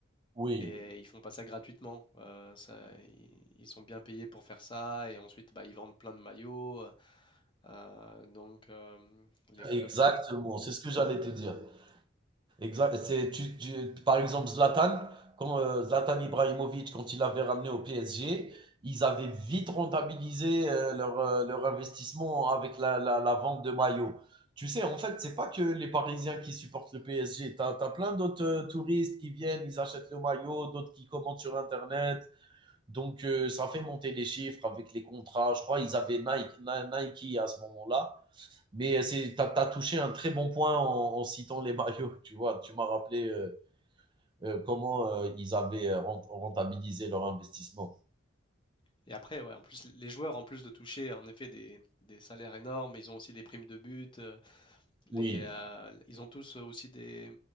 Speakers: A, on the right; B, on the left.
A: oui,
B: Et ils font pas ça gratuitement. euh, ça, i- ils, sont bien payés pour faire ça. Et ensuite, bah, ils vendent plein de maillots. euh, donc, euh, les clubs.
A: exactement.
B: euh,
A: C'est ce que j'allais te dire. Exact. C'est, tu, tu- par exemple, Zlatan, quand euh, Zlatan Ibrahimovic, quand il avait ramené au PSG, ils avaient vite rentabilisé euh, leur, euh, leur investissement avec la, la, la vente de maillots. Tu sais, en fait, c'est pas que les Parisiens qui supportent le PSG. T'as, t'as plein d'autres euh, touristes qui viennent, ils achètent le maillot, d'autres qui commandent sur Internet. Donc, euh, ça fait monter les chiffres avec les contrats. Je crois ils avaient Nike, Ni- Nike à ce moment-là. Mais tu as, touché un très bon point en, en citant les maillots. Tu vois, tu m'as rappelé euh, euh, comment euh, ils avaient euh, rent- rentabilisé leur investissement.
B: Et après, ouais, en plus, les joueurs, en plus de toucher en effet des, des salaires énormes, ils ont aussi des primes de but. euh, les,
A: Oui,
B: euh, ils ont tous euh, aussi des,